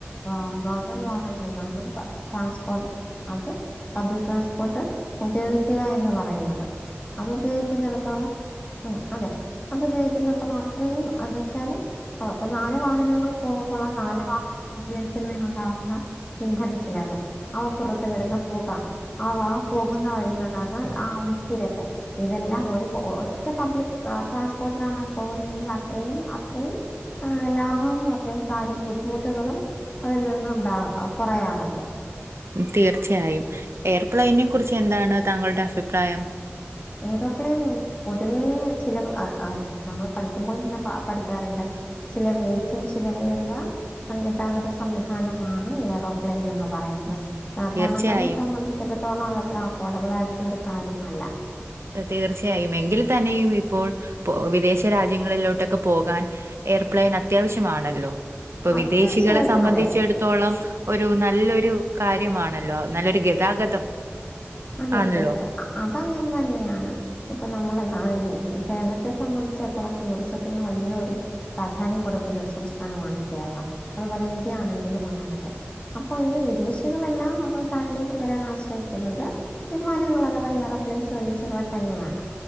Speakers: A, on the left; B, on the right.
A: ആ ഗവൺമെന്റ് വാഹനങ്ങൾ ഗവൺമെന്റ് ട്രാൻ അത് പബ്ലിക് ട്രാൻസ്പോർട്ട് ഉപയോഗിക്കുക എന്ന് പറയുന്നത്. അത് ഉപയോഗിക്കുന്നിടത്തോളം ഉം അതെ. അത് ഉപയോഗിക്കുന്നടത്തോളം അത്രയും എന്ന് വെച്ചാല്. അപ്പൊ നാല് വാഹനങ്ങൾ പോകുമ്പോൾ ആ നാല് വാഹനങ്ങൾ ഉപയോഗിക്കുന്നതിന് ഉണ്ടാകുന്ന ഇന്ധന ചിലവ് അവ പുറത്തു വിടുന്ന പുക ആ പോകുന്ന വഴിയിലുണ്ടന്ന് ആ ഒരു തിരക്കു ഇതെല്ലാം ഒരു ഒറ്റ പബ്ലിക് ട്രാൻസ്പോർട്ടിലാണ് പോകുന്നതെങ്കിൽ അത്രയും അത്രയും ആ ലാഭവും അത്രയും കാര്യ ബുദ്ധിമുട്ടുകളും അതിൽ നിന്നുണ്ടാ കുറയാറുണ്ട്
B: തീർച്ചയായും എയർപ്ലൈയിനെ കുറിച്ച് എന്താണ് താങ്കളുടെ അഭിപ്രായം?
A: ഏറോപ്ലെയിൻ പൊതുവേ ചില ആ ആ നമ്മൾ പഠിക്കുമ്പോൾ തന്നെ പഠിക്കാറുണ്ട് ചിലവ ഏറ്റും ചിലവേറിയ ഗതാഗത സംവിധാനമാണ് ഏറോപ്ലെയിൻ എന്ന് പറയുന്നത്
B: ഉം,
A: സാധാരണക്കാരെ
B: തീർച്ചയായും
A: സംബന്ധിച്ചിടത്തോളം അത് അത്ര അഫോർഡബിളായിട്ടുള്ളൊരു കാര്യമല്ല.
B: തീർച്ചയായും എങ്കിൽ തന്നെയും ഇപ്പോൾ, പ്പോ വിദേശ രാജ്യങ്ങളിലോട്ടൊക്കെ പോകാൻ എയർപ്ലൈയിൻ അത്യാവശ്യമാണല്ലോ? ഇപ്പൊ
A: അത്
B: വിദേശികളെ
A: തീർച്ചയായിട്ടും
B: സംബന്ധിച്ചടുത്ത്
A: അതെ
B: ത്തോളം ഒരു നല്ലൊരു കാര്യമാണല്ലോ നല്ലൊരു ഗതാഗതം,
A: അതെ
B: ആണല്ലോ.
A: അതെത് അതങ്ങനെ തന്നെയാണ്. ഇപ്പ നമ്മൾ ആ കേരളത്തെ സംബന്ധിച്ചിടത്തോളം ടൂറിസത്തിന് വലിയ ഒരു പ്രാധാന്യം കൊടുക്കുന്ന ഒരു സംസ്ഥാനമാണ് കേരളം അതുപോലെ ഇന്ത്യ ആണെങ്കിലും അങ്ങനെ തന്നെ. അപ്പൊ ഈ വിദേശികളെല്ലാം നമ്മൾ നാട്ടിലേക്ക് വരാൻ ആശ്രയിക്കുന്നത് വിമാനങ്ങൾ അഥവാ എയറോപ്ലൈൻസ് സർവീസുകളെ തന്നെയാണ്.